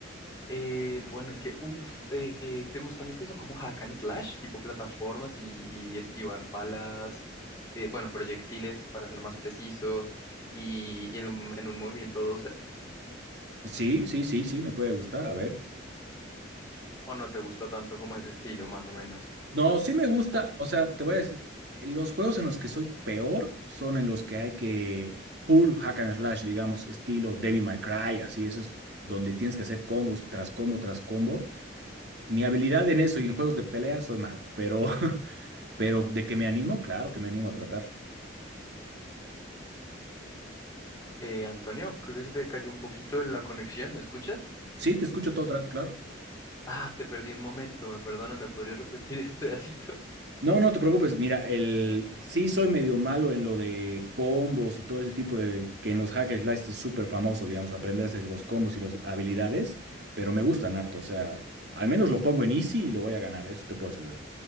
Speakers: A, on the left (about 15°); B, on the right (about 60°).
A: Eh, bueno, es que, uff, ¿te gustan los que son como hack and slash, tipo plataformas y, y esquivar balas, eh, bueno, proyectiles para ser más precisos y, y en un, en un movimiento 2D?
B: Sí, sí, sí, sí, me puede gustar, a ver.
A: ¿O no te gusta tanto como ese estilo, más o menos?
B: No, sí me gusta,
A: Co-
B: o sea, te voy a decir, los juegos en los que soy peor son en los que hay que full hack and slash, digamos, estilo Devil May Cry, así, eso es donde tienes que hacer combos tras combo tras combo. Mi habilidad en eso y en juegos de pelea soy malo, pero, <laughs> pero de que me animo, claro que me animo a tratar.
A: Eh, Antonio, creo que se te cayó un poquito la conexión, ¿me escuchas?
B: Sí, te escucho todo, tra- claro.
A: Ah, te perdí un momento, ¿me perdonas? ¿Me podrías repetir <laughs> ese pedacito?
B: No, no te preocupes. Mira, el sí soy medio malo en lo de combos y todo ese tipo de que en los hack and slash es súper famoso, digamos, aprenderse los combos y las habilidades, pero me gustan harto. O sea, al menos lo pongo en easy y lo voy a ganar, eso te puedo asegurar.